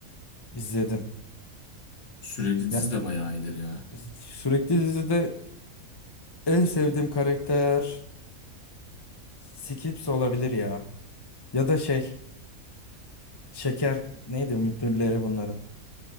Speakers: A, on the left; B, on the left.
A: izledim
B: Sürekli dizi
A: ya
B: de bayağı iyidir ya.
A: sürekli dizide en sevdiğim karakter Skips olabilir ya ya da şey Şeker neydi müdürleri bunların